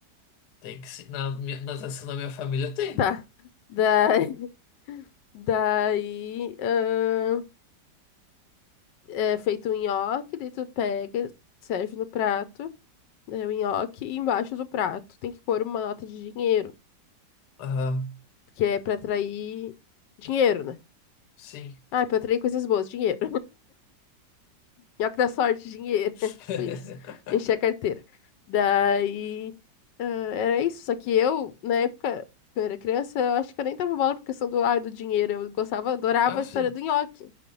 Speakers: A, on the left; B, on the left.
A: Tem que ser. Na minha, na natação da minha família tem.
B: Tá. Daí, <laughs> daí ahn, é feito um nhoque, daí tu pega, serve no prato, né, o nhoque, e embaixo do prato tem que pôr uma nota de dinheiro,
A: Aham,
B: que é pra atrair dinheiro, né?
A: sim.
B: Ah, é pra atrair coisas boas, dinheiro. Nhoque da sorte, dinheiro.
A: <laughs>
B: <laughs> Tipo isso. Encher a carteira. Daí, ah, era isso. Só que eu, na época, quando eu era criança, eu acho que eu nem dava bola por questão do, ah, do dinheiro. Eu gostava, adorava
A: Ah,
B: a história
A: sim.
B: do nhoque.